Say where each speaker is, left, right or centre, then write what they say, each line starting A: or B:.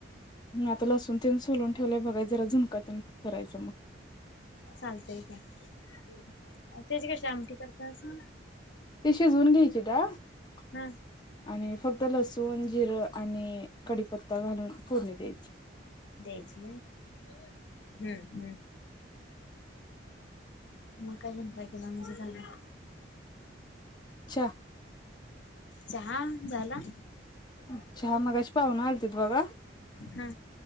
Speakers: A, on the left; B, on the left.
A: आता लसून तेन सोलून ठेवलंय बघाय जरा झुणकातून करायचं मग.
B: चालतय घ्या, त्याची कशी आमटी करतासा.
A: ते शिजवून घ्यायचे <unintelligible>
B: हा
A: आणि फक्त त लसूण जिरं आणि कडी पत्ता घालून फोडणी द्या <inaudible>
B: देची हम्म हम्म म काय म्हण काय केलं म्हणजे जाण
A: त्या
B: चहा झाला.
A: अच्छा मगाशी पाव्हना आलतीत बघा
B: हा